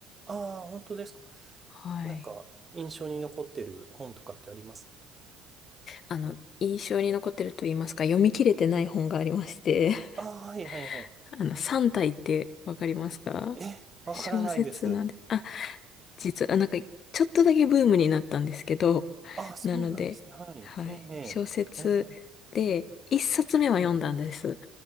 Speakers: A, on the right; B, on the left.
A: ああ、本当ですか。
B: はい。
A: なんか、印象に残ってる本とかってあります
B: あの、印象に残ってると言いますか、読み切れてない本がありまして、
A: ああ、はいはいはい。
B: <laughs> あの、三体ってわかりますか
A: え、わからないです。
B: 小説なんで、あ、実はなんか、ちょっとだけブームになったんですけど、
A: ああ、そうなんですね。
B: なので、
A: はい。
B: はい。
A: ええ、
B: 小説で、
A: ええ、ええ
B: 一冊目は読んだんです。
A: はい。